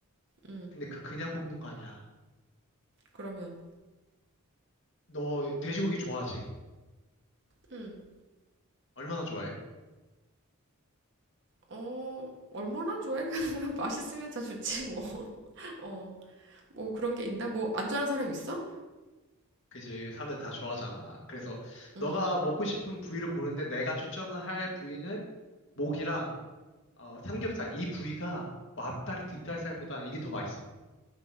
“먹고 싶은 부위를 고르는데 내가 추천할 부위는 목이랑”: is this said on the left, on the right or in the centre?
Left